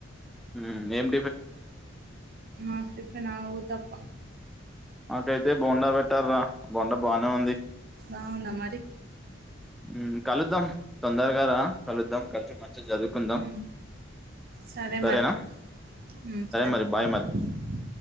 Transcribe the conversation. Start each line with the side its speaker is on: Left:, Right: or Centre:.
Centre: ఉం ఏమ్
Right: ఆ టిఫెన్ ఆ ఉతప్పా
Centre: నాకైతే బొండా పెట్టార్రా బొండా బానే ఉంది
Right: బాగుందా మరి
Centre: ఉం కలుద్దాం వుంటారు గద కలుద్దాం కలిసి మంచిగా చదువుకుందాం
Right: మ్మ్ సరే
Centre: సరేనా
Right: మరి ఉం సరే
Centre: మరి బాయ్ మరి
Right: బాయ్